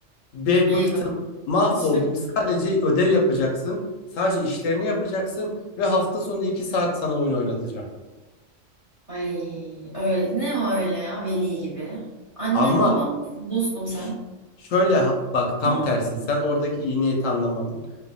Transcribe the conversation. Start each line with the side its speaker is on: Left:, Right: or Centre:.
Left: Be
Right: Eyvah.
Left: bıktım. Mahvoldum.
Right: İşte
Left: Sadece ödev yapacaksın. Sadece işlerini yapacaksın. Ve hafta sonu iki saat sana oyun oynatacağım.
Right: ay öyle ne o öyle ya veli gibi. Annem
Left: Ama
Right: babam mısın dostum sen.
Left: ş- şöyle ha- bak tam
Right: Ama
Left: tersi. Sen oradaki iyi niyeti anlamadın.